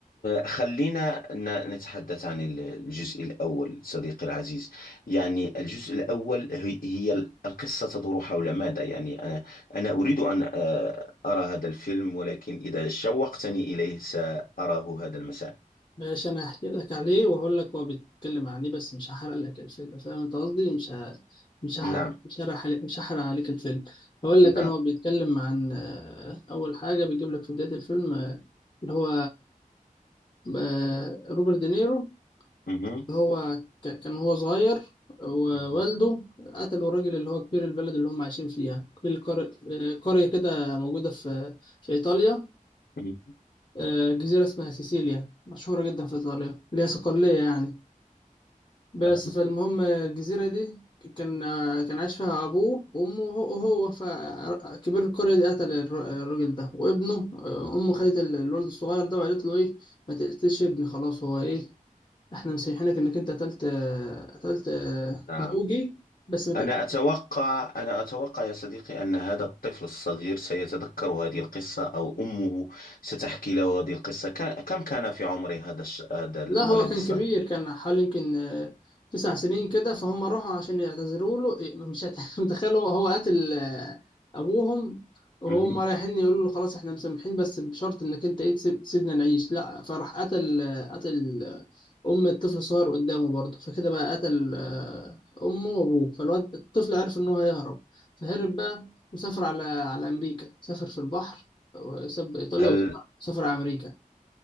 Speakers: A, on the left (about 80°); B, on the left (about 35°).
A: خلينا ن- نتحدث عن ال- الجزء الأول صديقي العزيز يعني الجزء الأول هي هي القصة تدور حول ماذا يعني آه، أنا أريد أن آه، أرى هذا الفيلم ولكن إذا شوقتني إليه سأراه هذا المساء
B: ماشي انا هحكي لك عليه واقول لك هو بيتكلم عن ايه بس مش هحرق لك الفيلم فاهم انت قصدي مش ه... مش هحرق
A: نعم
B: مش هحرق عليك مش هحرق عليك الفيلم هقول لك
A: نعم
B: انا هو بيتكلم عن آه، اول حاجه بيجيب لك في بدايه الفيلم آه، اللي هو آه، روبرت دينيرو
A: مهم.
B: هو ك... كان هو صغير ووالده
A: مهم.
B: قتلوا الراجل اللي هو كبير البلد اللي هم عايشين فيها كبير القر- آه، قرية كده موجودة في في إيطاليا
A: مهم.
B: آه، جزيرة اسمها سيسيليا مشهورة جدا في إيطاليا اللي هي صقلية يعني بس
A: نعم
B: فالمهم الجزيرة دي كان كان عاش فيها أبوه وأمه وهو وهو فكبير القرية دي قتل الر- الراجل ده وابنه أمه خدت ال- الولد الصغير ده وقالت له إيه ما تقتلش ابني خلاص هو إيه إحنا مسامحينك إنك أنت قتلت قتلت
A: نعم.
B: زوجي بس ما تقتلش
A: أنا أتوقع أنا أتوقع يا صديقي أن هذا الطفل الصغير سيتذكر هذه القصة أو أمه ستحكي له هذه القصة كان كم كان في عمر هذا الش... هذا الولد
B: لا هو كان
A: الصغير
B: كبير كان حوالي يمكن آه، تسع سنين كده فهم راحوا عشان يعتذروا له إيه، مش هت- <laughs> متخيل هو هو قتل آه، ابوهم وهم
A: مهم.
B: رايحين يقولوا له خلاص احنا مسامحين بس بشرط انك انت ايه تسيب تسيبنا نعيش لا فراح قتل آه، قتل آه، ام الطفل الصغير قدامه برضه فكده بقى قتل آه، امه وابوه فالواد الطفل عرف ان هو هيهرب فهرب بقى وسافر على على امريكا سافر في البحر وساب ايطاليا
A: هل
B: وسافر على امريكا